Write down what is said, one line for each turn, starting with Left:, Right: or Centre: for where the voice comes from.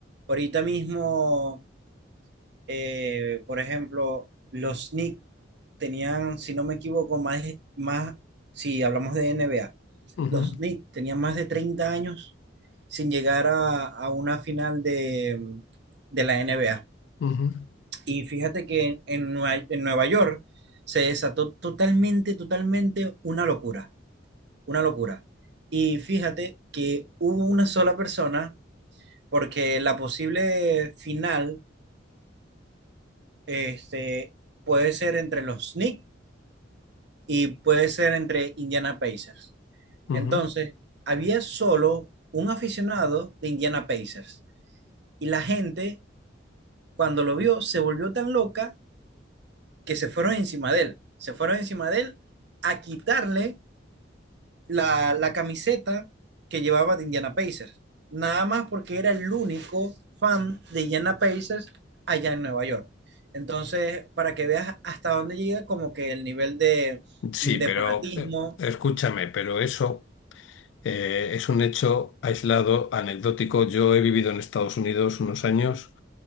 Right: Ahorita mismo eh, por ejemplo, los Knicks tenían, si no me equivoco, más, de- más, si hablamos de NBA,
Left: Ujú,
Right: los Knicks tenían más de 30 años sin llegar a, a una final de, de la NBA.
Left: ujú,
Right: Y fíjate que en, Nueva, en Nueva York se desató totalmente, totalmente una locura, una locura. Y fíjate que hubo una sola persona, porque la posible final este, puede ser entre los Knicks y puede ser entre Indiana Pacers.
Left: ujú.
Right: Entonces, había solo un aficionado de Indiana Pacers y la gente, cuando lo vio, se volvió tan loca que se fueron encima de él. Se fueron encima de él a quitarle la, la camiseta que llevaba de Indiana Pacers. Nada más porque era el único fan de Indiana Pacers allá en Nueva York. Entonces, para que veas hasta dónde llega como que el nivel de,
Left: Sí,
Right: de
Left: pero
Right: fanatismo.
Left: eh, escúchame, pero eso eh, es un hecho aislado, anecdótico. Yo he vivido en Estados Unidos unos años.